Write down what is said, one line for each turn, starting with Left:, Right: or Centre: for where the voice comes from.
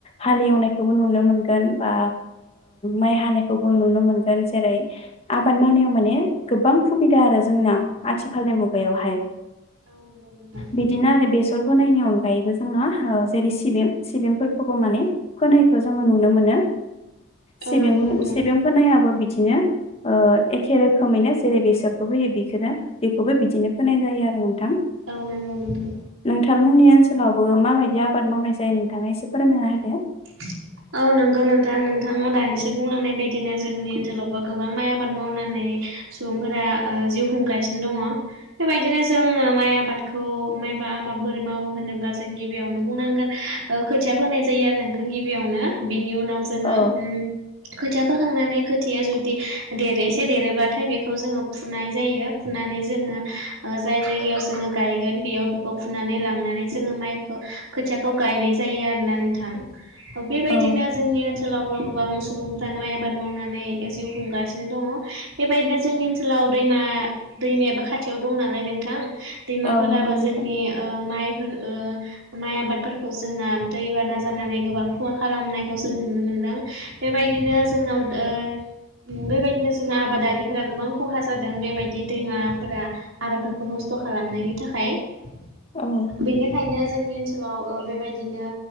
Left: हालेवनायखौबो नुनो मोनगोन बा माइ हानायखौ नुनो मोनगोन जेरै आबाद मावनायाव माने गोबां सुबिदा आरो जों आथिखालनि मुगायावह
Right: औ नंगौ नोंथां
Left: बिदिनो बेल होनायनि अनगायैबो जोंङो जेरै सिबि सिबिंफोरखौबो माने फायखौ जोङो नुनो मोनो
Right: औ
Left: सिबिंफोर
Right: नंगौ नोंथां
Left: नायाबो बिदिनो एखेे रोखोमैनो जेरै बेसरखौ होयो बेखौनो बेखौबो बिदिनो फोनाय जायो आरो
Right: औ नंगौ नोंथां
Left: नमोननि ओनसोलावबो माबायदि आबाद मावनाय जायो नोंथाङा एसे फोरोंना होदो
Right: <unintelligible> औ नंगौ नोंथां नोंथाङा दानिसो बुंलांनाय बायदिनो जोंनि ओनसोलावबो गोबां माइ आबाद मावनानै सुबुंफोरा जिउ खुंगासिनो दङ बेबायदिनो जोङो माइ आबादखौ माइ बा आबाद बोरै मावो होनोब्ला जों गिबियावनो बुंनांगोन खोथिया फाय जायो आरो थ गिबियावनो बिनि उनाव जोङो
Left: औ
Right: खोथिया फोखांनानै खोथिया जुदि देरैसे देरोब्लाथाय बेखौ जोङो फुनाय जायो फुनाय नानै जोङो जाय जायगायाव जोङो गायगोन बेयाव बेखौ फुनानै लांनानै जोङो माइखौ खोथियाखौ गायनाय जायो आरो ना नोंथां बेबायदिनो
Left: औ
Right: जोंनि ओनसोलावबो गोबां सुबुंफ्रानो माइ आबाद मावनान नै जिउ खुंगासिनो दङ बेबायदिनो जोंनि ओनसोलाव दैमा दैमाया बा खाथियाव दं नाम नै नोंथां दैमाफोराबो
Left: औ नंगौ नोंथां
Right: जोंनि ओ माइ ओ माइ आबादफोरखौ जोंना दै बाना जानानै गोबां खहा खालामनायखौ जों नुनो मोनदों । बेबायदिनो जोंनाव ओ बेबायदिनो जोंना आबादारिफोरा गोबां खहा जादों बेबायदि दैमाफोरा आबादफोरखौ न थ' खालामनायनि थाखाय।
Left: औ
Right: बेनिखायनो जोंनि ओनसोलाव ओ बेबायदिनो